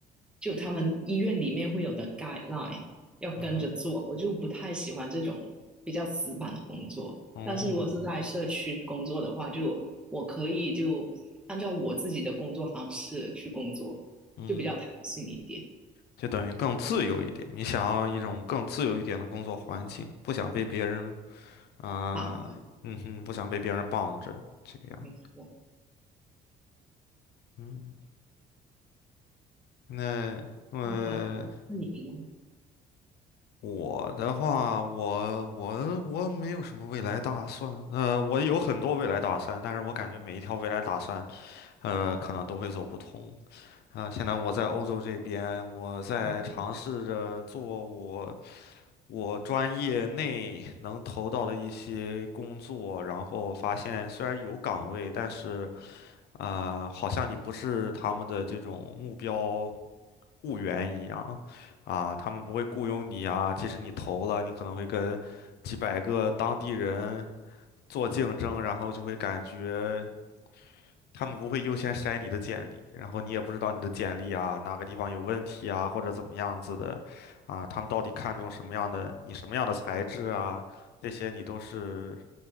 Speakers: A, in the centre; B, on the left.
A: 就他们医院里面会有的 guideline 要跟着做，
B: 嗯哼，
A: 我就不太喜欢这种比较死板的工作。
B: 哦，
A: 但是如果是在嗯社区工作的话，就我可以就按照我自己的工作方式去工作，
B: 嗯，
A: 就比较弹性一点，
B: 就等于更自由一点。你想要一种更自由一点的工作环境，不想被别人啊，
A: 棒的，
B: 嗯哼，不想被别人绑着，这个样。
A: 没错。
B: 嗯。那呃，
A: 那那你呢？
B: 我的话，我我我没有什么未来打算。呃，我有很多未来打算，但是我感觉每一条未来打算，呃，可能都会走不通。啊、现在我在欧洲这边，我在尝试着做我
A: <laughs>
B: 我专业内能投到的一些工作，然后发现虽然有岗位，但是啊、呃好像你不是他们的这种目标。雇员一样，啊，他们不会雇佣你啊，即使你投了，你可能会跟几百个当地人做竞争，然后就会感觉他们不会优先筛你的简历，然后你也不知道你的简历啊哪个地方有问题啊，或者怎么样子的，啊，他们到底看中什么样的，你什么样的材质啊，这些你都是